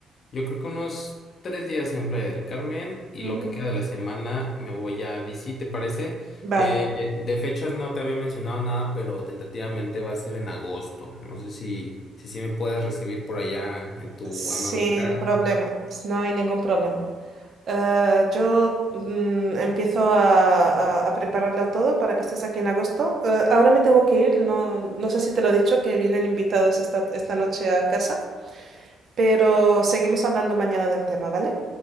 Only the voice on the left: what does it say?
Yo creo que unos tres días en Playa del Carmen y
lo que queda de la semana me voy a DC, ¿te parece?
Eh, de fechas no te había mencionado nada, pero tentativamente va a ser en agosto. No sé si, si, sí me puedes recibir por allá en tu
amable casa.